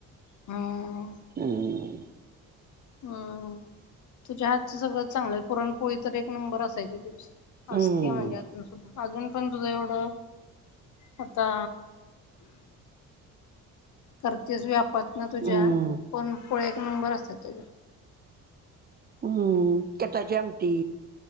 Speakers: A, on the left (about 60°); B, on the right (about 30°).
A: हम्म
B: हम्म
A: हम्म तुझ्या हातच सगळं चांगलं, पुरणपोळी तर एक नंबर असायची तुझी.
B: हम्म
A: असते म्हणजे अजून सुद्धा. अजून पण तुझं, एवढं आता करतेच व्यापत ना तुझ्या,
B: हम्म
A: पण पोळ्या एक नंबर असतात तुझ्या.
B: हम्म कटाची आमटी.